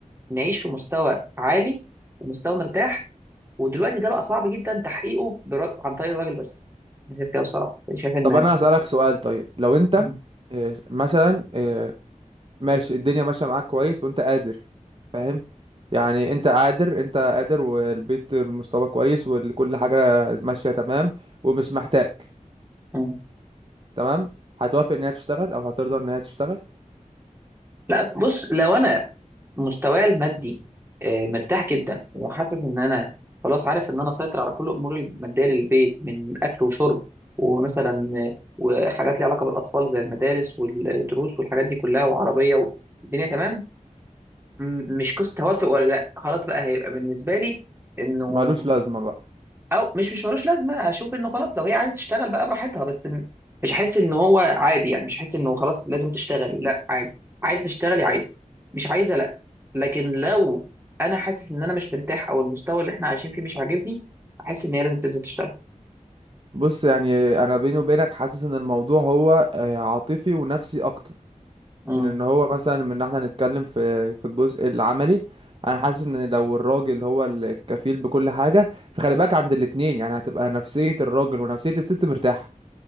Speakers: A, on the right; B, on the right.
A: نعيش في مستوى عالي ومستوى مرتاح ودلوقتي ده بقى صعب جدا تحقيقه برا... عن طريق الراجل بس انا شايف كده بصراحه أنا شايف ان
B: طب انا هسألك مم. سؤال طيب لو انت
A: م-
B: آه، مثلا آه، ماشي الدنيا ماشية معاك كويس وانت قادر فاهم يعني انت قادر انت قادر والبيت المستوى كويس وكل حاجة ماشية تمام ومش محتاج
A: م.
B: تمام هتوافق ان هي تشتغل او هترضى ان هي تشتغل
A: لا بص لو انا مستواي المادي آه، مرتاح جدا وحاسس ان انا خلاص عارف ان انا اسيطر على كل اموري الماديه للبيت من اكل وشرب ومثلا آه، وحاجات ليها علاقه بالاطفال زي المدارس والدروس والحاجات دي كلها وعربيه والدنيا تمام م- مش قصه توافق ولا لا خلاص بقى هيبقى بالنسبه لي انه
B: ملوش لازمة بقى
A: او مش مش ملوش لازمه هشوف انه خلاص لو هي عايزه تشتغل بقى براحتها بس م- مش هحس ان هو عادي يعني مش هحس انه خلاص لازم تشتغلي لا عادي عايزه تشتغلي عايزه مش عايزه لا لكن لو انا حاسس ان انا مش مرتاح او المستوى اللي احنا عايشين فيه مش عاجبني احس ان هي لازم تنزل تشتغل
B: بص يعني انا بيني وبينك حاسس ان الموضوع هو آه، عاطفي ونفسي اكتر
A: امم
B: من ان هو مثلا من ان احنا نتكلم في في الجزء العملي انا حاسس ان لو الراجل هو الكفيل بكل حاجة فخلي بالك عند الاتنين يعني هتبقى نفسية الراجل ونفسية الست مرتاحة